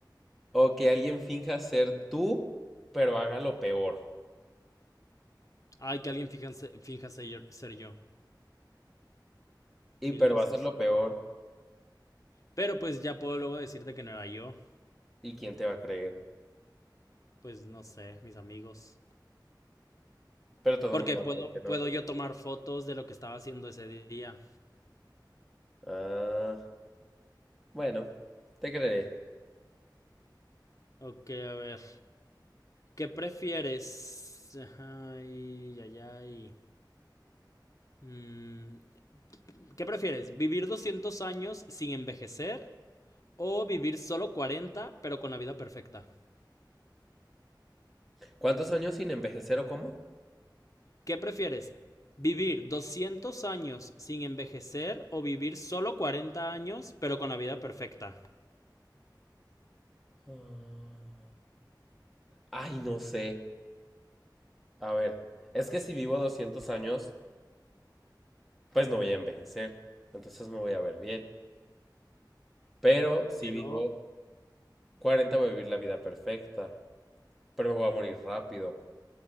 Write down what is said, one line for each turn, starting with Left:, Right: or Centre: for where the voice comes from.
Centre: ¿O que alguien finja ser tú, pero haga lo peor?
Left: Ay, que alguien finja, se- finja ser, ser yo,
Centre: Y
Left: mil
Centre: pero
Left: veces.
Centre: va a ser lo peor.
Left: Pero pues ya puedo luego decirte que no era yo.
Centre: ¿Y quién te va a creer?
Left: Pues no sé, mis amigos.
Centre: Pero todo
Left: Porque
Centre: el mundo va
Left: puedo,
Centre: a creer que no.
Left: puedo yo tomar fotos de lo que estaba haciendo ese día.
Centre: Ah, bueno, te creeré.
Left: Ok, a ver. ¿Qué prefieres? Ay, ay, ay. Mm, ¿Qué prefieres? ¿Vivir 200 años sin envejecer o vivir solo 40 pero con la vida perfecta?
Centre: ¿Cuántos años sin envejecer o cómo?
Left: ¿Qué prefieres? ¿Vivir doscientos años sin envejecer o vivir solo 40 años pero con la vida perfecta?
Centre: Ah, Ay, no sé. A ver, es que si vivo 200 años... pues no voy a envejecer, entonces me voy a ver bien. Pero si
Left: Pero...
Centre: vivo 40 voy a vivir la vida perfecta, pero me voy a morir rápido.